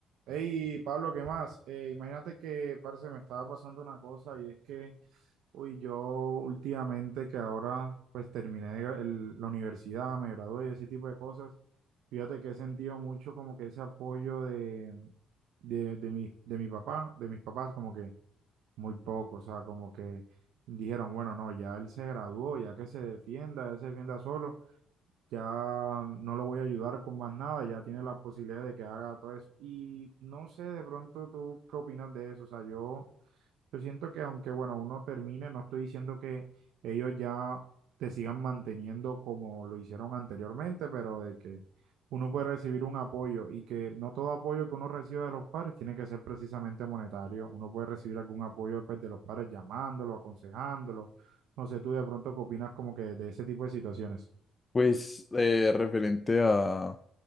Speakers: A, on the right (about 75°); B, on the left (about 25°).
A: Hey, Pablo, ¿qué más? Eh, imagínate que, parce, me estaba pasando una cosa y es que, uy, yo últimamente que ahora pues terminé de gra- el- la universidad, me gradué, ese tipo de cosas, fíjate que he sentido mucho como que ese apoyo de, de, de mi, de mi papá, de mis papás, como que muy poco, o sea, como que dijeron, bueno, no, ya él se graduó, ya que se defienda, ya se defienda solo ya no lo voy a ayudar con más nada, ya tiene la posibilidad de que haga todo eso. Y no sé, de pronto tú qué opinas de eso. O sea, yo, yo siento que aunque, bueno, uno termine, no estoy diciendo que ellos ya te sigan manteniendo como lo hicieron anteriormente, pero de que uno puede recibir un apoyo y que no todo apoyo que uno reciba de los padres tiene que ser precisamente monetario. Uno puede recibir algún apoyo pues, de los padres llamándolo, aconsejándolo. No sé, tú de pronto qué opinas como que de ese tipo de situaciones.
B: Pues eh, referente a,